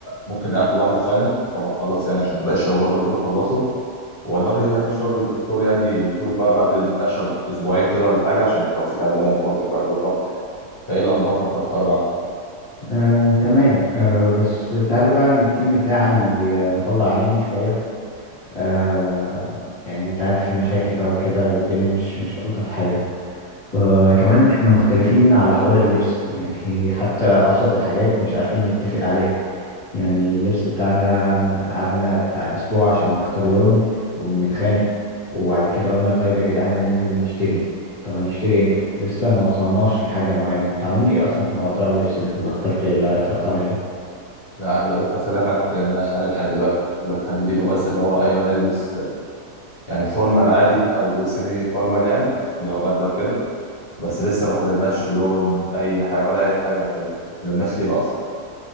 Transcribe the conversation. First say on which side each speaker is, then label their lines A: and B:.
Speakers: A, on the left; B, on the left.
A: ممكن نقابله بعد الفاينل قبل ما نخلص يعني عشان باقي الشباب برضه يكونوا خلصوا ونوري يعني الشغل للدكتور يعني يشوف بقى قبل المناقشه باسبوعين كده ولا حاجه عشان لو في تعديلات برضه نبقى نظبطها تاني انت ايه الاخبار في مشروع التخرج عندك؟
B: آه، تمام آه، بس انت عارف بقى ان التيم بتاعي آه، مطلع عيني شوية آه، يعني انت عارف في مشاكل بقى وكده والدنيا مش مش ألطف حاجة فكمان احنا مختلفين على حوار اللبس يعني <laughs> حتى أبسط الحاجات مش عارفين نتفق عليها يعني اللبس بتاعنا قعدنا بتاع أسبوع عشان نختار لون وبنتخانق وبعد كده قلنا طيب يا جدعان هننزل نشتري طب هنشتري امتى لسه ما وصلناش لحاجة معينة انتوا عاملين ايه اصلا في موضوع اللبس ده ولا اخترتوا ايه ولا اتفقتوا على ايه
A: لا عايز اقول لك اصلا احنا ما اتكلمناش عليه لحد دلوقتي اللي محددينه بس اللي هو ايوه نلبس يعني فورمال عادي او سيمي فورمال يعني اللي هو بدله وكده بس لسه ما حددناش لون اي حاجه ولا اي حاجه من الحاجات دي ما اتكلمناش فيها اصلا